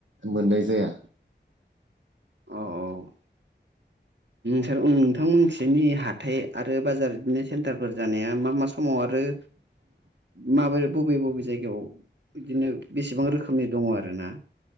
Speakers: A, on the right (about 85°); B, on the right (about 70°).
A: मोननाय जाया।
B: औ औ। सार नोंथांमोनथिनि हाथाय आरो बाजार बिदिनो सेन्टारफोर जानाया मा मा समाव आरो।
A: <inaudible>
B: ओ माबोरै बबे बबे जायगायाव बिदिनो बेसेबां रोखोमनि दङ आरो ना